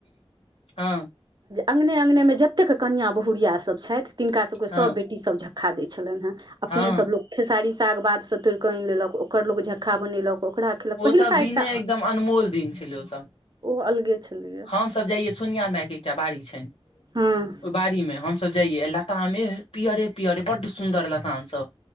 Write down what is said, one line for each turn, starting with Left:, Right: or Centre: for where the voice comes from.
Left: हँ
Right: अङ्गने अङगने में जतेक कनिआ बहुुरिया सब छथि तिनका सबके
Left: हँ
Right: सब बेटी सब झक्खा दै छलनि हँ अपने
Left: हँ
Right: सब लोक खेसारी साग बाद से तोड़ कऽ आनि लेलक ओकर लोग झक्का बनेलक ओकरा खेलक पहिलका
Left: ओसब दिने
Right: एकटा
Left: एकदम अनमोल दिन छलै ओसब
Right: ओ अलगे छलैया
Left: हमसब जाइये सोनिया मायके एकटा बाड़ी छनि
Right: हँ
Left: ओ बाड़ी में हम सब जाइये लताम एह पियरे पियरे बड्ड सुंन्दर लताम सब